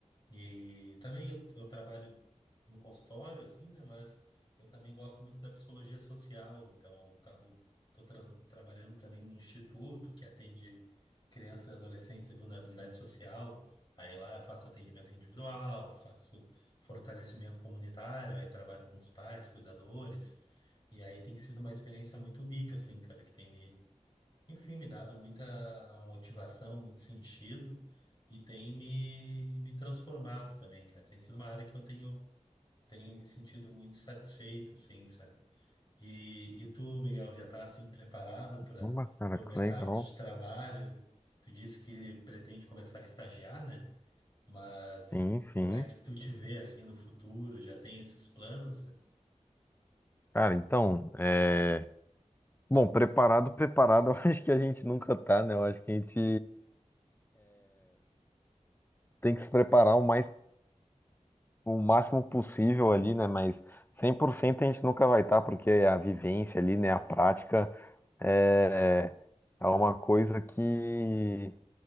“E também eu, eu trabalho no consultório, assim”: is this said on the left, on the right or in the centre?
Left